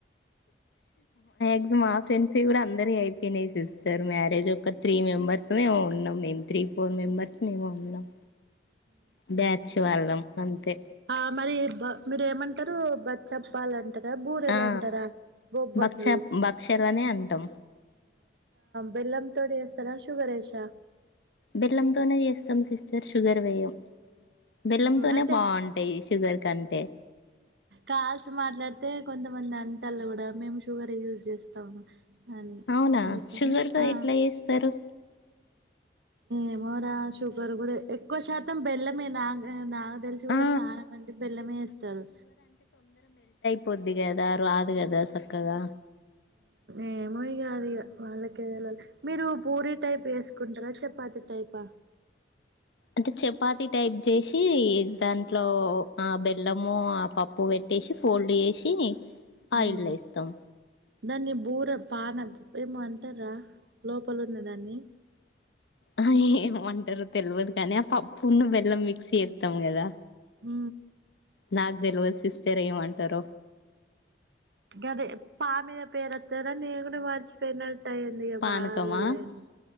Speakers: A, on the left; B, on the right.
A: గ్ మా ఫ్రెండ్స్ కూడా అందరి అయిపోయినాయి సిస్టర్ మ్యారేజ్ ఒక త్రీ మెంబర్సము ఏమో ఉన్నాం మేము త్రీ ఫోర్ మెంబర్స్ మేము ఉన్నాం బ్యాచ్ వాళ్ళం అంతే
B: ఆ మరి ఎక్కువ మీరేమంట ఇరు బరు చెప్పాలంటే బూరెలంటారా
A: ఆ
B: బొబ్బట్లు
A: భక్ష భక్షలనే అంటాం
B: బెల్లం తోడిస్త తర శూగరేసా
A: బెల్లంతోనె చేస్తాం సిస్టర్ షుగర్ వేయం బెల్లంతోనే
B: ఐతే
A: బాగుంటాయి షుగర్ కంటే
B: కాల్స్ మాట్లాడితే కొంత కొ మంది అంటల్లు కూడా మేము షుగర్ యూజ్ చేస్తాము అని
A: అవునా
B: అందుకని
A: షుగర్ తో
B: ఆ
A: ఎట్లా చేస్తరు
B: ఏమో రా షుగర్ కూడా ఎక్కువ శాతం బెల్లమే నా నా తెలిసి కూడా
A: ఆ
B: చాలా మంది బిల్లమే ఇేస్తారు
A: పొద్ది కదా రాదు కదా చక్కగా
B: ఏమయ కాదు ఇ వాళ్ళకే వెళ్లాలి మీరు పూరి టైప్ వేసుకుంటారా చపాతి టైపా
A: అంటే చపాతి టైప్ చేసి దాంట్లో ఆ బెల్లము ఆ పప్పు పెట్టేసి ఫోల్డ్ చేసి ఆ
B: మ్మ్
A: ఇల్ల ఇస్తాం
B: దాన్ని బూర పాన ఏమో అంటారా లోపల ఉన్న దాన్ని
A: ఆ ఏమమంటారు తెలియదు కానీ ఆ పప్పున్న వెల్ల మిక్స్ త గద
B: హ
A: నాకు తెలివదు సిస్టర్ ఏమంటార
B: అదే పా మీద పేరు వత్తదా నేను కూడా మరిచిపోయిన పట్టైంది
A: పానకమా
B: బారు లేడి